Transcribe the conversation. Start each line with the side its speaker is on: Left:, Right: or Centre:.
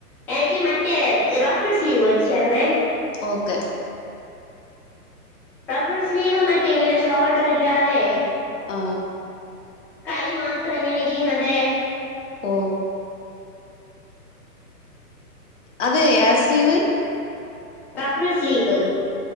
Centre: എനിക്ക് മറ്റേ റഫുസ്ലീവ് സ്ലീവ് വെച്ചരണെ
Left: ഓക്കെ
Centre: റഫ്ഫുസ്ലീവ് സ്ലീവ് മറ്റേ ഇങ്ങനെ ഷോൾഡർ ഇല്ലാതെ
Left: ആ
Centre: കൈ മാത്രം ഇങ്ങനെ ഇരിക്കണത്
Left: ഓ അതെ ഏത് സ്ലീവ്
Centre: റഫുസ്ലീവ്